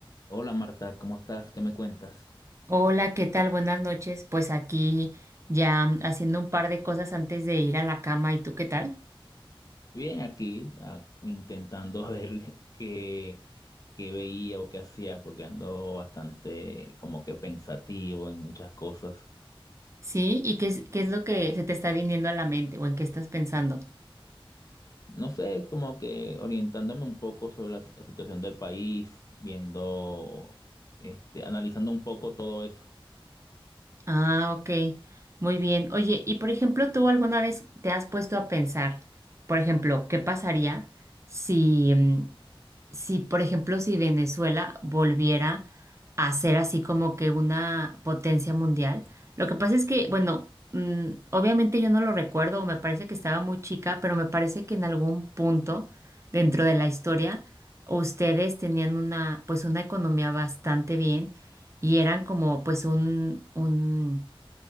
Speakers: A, on the left; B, on the right.
A: Hola Marta, ¿cómo estás? ¿Qué me cuentas?
B: Hola, ¿qué tal? Buenas noches. Pues aquí ya mm, haciendo un par de cosas antes de ir a la cama. ¿Y tú qué tal?
A: Bien, aquí ah, intentando <laughs> ver qué, qué veía o qué hacía, porque ando bastante como que pensativo en muchas cosas.
B: Sí, ¿y qué es, qué es lo que se te está viniendo a la mente o en qué estás pensando?
A: No sé, como que orientándome un poco sobre la, la situación del país, viendo, este, analizando un poco todo eso.
B: Ah, ok. Muy bien. Oye, y por ejemplo, ¿tú alguna vez te has puesto a pensar, por ejemplo, qué pasaría si, mm, si, por ejemplo, si Venezuela volviera a ser así como que una potencia mundial, lo que pasa es que, bueno, mm, obviamente yo no lo recuerdo, o me parece que estaba muy chica, pero me parece que en algún punto dentro de la historia ustedes tenían una, pues una economía bastante bien y eran como pues un, un,